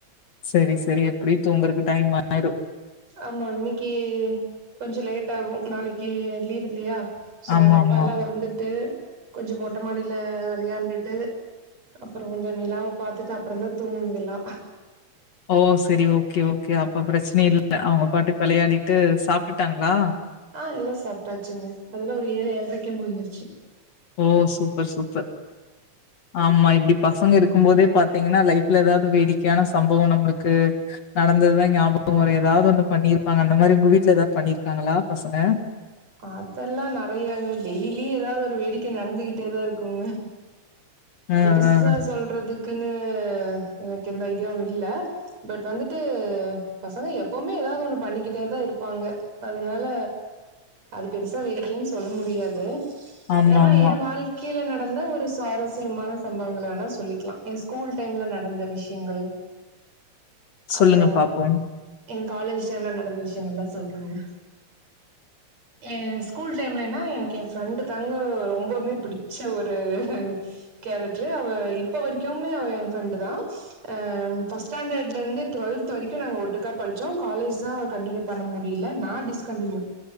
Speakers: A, on the left; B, on the right.
A: சரி சரி எப்டியு தூங்குறதுக்கு டைம் ஒன்னு ஆயிரு
B: ஆமா இன்னைக்கு கொஞ்சோ லேட் ஆகு நாளைக்கு லீவ் இல்லயா சோ
A: ஆமா
B: அவுங்க அப்பா
A: ஆமா
B: எல்லா வந்துட்டு கொஞ்ச மொட்ட மாடியில விளையாண்டுட்டு அப்றோ வந்து நிலாவ பாத்துட்டு அப்றந்தா தூங்குங்க எல்லா
A: ஓ சரி ஓகே ஓகே அப்ப பிரச்சனை இல்ல அவங்க பாட்டு விளையாடிட்டு சாப்ட்டுடாங்களா
B: ஆ எல்லா சாப்டாச்சுங்க அதெல்லா ஒரு ஏழு ஏழ்ரைக்கே முடிஞ்சிருச்சு
A: ஓ சூப்பர் சூப்பர் ஆமா இது இப்டி பசங்க இருக்கும் போதே பாத்தீங்கனா லைஃப்ல எதாவது வேடிக்கையான சம்பவோ நம்ளுக்கு நடந்ததுதான் ஞா ஏதாவது ஒண்ணு பண்ணிருப்பாங்க அந்த மாரி உங்க வீட்ல ஏதாவது பண்ணிருக்காங்களா பசங்க
B: அதெல்லா நெறையாங்க டெய்லி ஏதாவது ஒரு வேடிக்கை நடந்துகிட்டேதா இருக்குங்க
A: ஆ
B: புதுசா
A: ஆ
B: சொல்றது க்குனு எனக்கு எந்த ஐடியாவு இல்ல பட் வந்துட்டு பசங்க எப்பவுமே எதாவது ஒண்ணு பண்ணிக்கிட்டே தா இருப்பாங்க அதனால அது பெருசா வேடிக்கைன் சொல்ல முடியாது
A: ஆமா
B: ஏன்னா
A: ஆமா
B: ஏன் வாழ்க்கையில நடந்த ஒரு சுவாரஸ்யமான சம்பவங்கள வேணா சொல்லிக்கலா என் ஸ்கூல் டைம்ல நடந்த விஷயங்கள்
A: சொல்லுங்க
B: அப்புறோ
A: பாப்போம்
B: எ காலேஜ் டைம்ல நடந்த விஷயங்கள் எல்லா சொல்றேங்க எ ஸ்கூல் டைம்லனா எனக்கு ஏ ஃப்ரெண்டு தாங்க ரொம்பவுமே பிடிச்ச ஒரு கேரக்ட்ரு அவ இப்ப வரைக்குமே அவ எ ஃப்ரெண்டு தா அ ஃபஸ்ட் ஸ்டாண்டர்ட்ல இருந்து டுவல் டுவல்த் வரைக்கு நாங்க ஒட்டுக்கா படிச்சோ காலேஜ் தா கண்டினியூ பண்ண முடியல நா டிஸ்கண்டினியூ